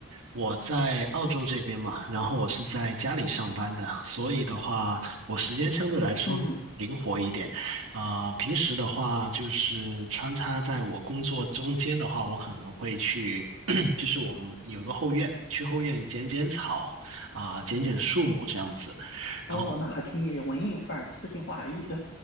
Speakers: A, on the right; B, on the left.
A: 我在澳洲这边嘛，然后我是在家里上班的，所以的话，我时间相对来说灵活一点。
B: 嗯，
A: 啊、平时的话，就是穿插在我工作中间的话，我可能会去，<clears throat> 就是我们有一个后院，去后院剪剪草啊、剪剪树木这样子。
B: 哦，
A: 然后。
B: 那还挺文艺范儿的、诗情画意的。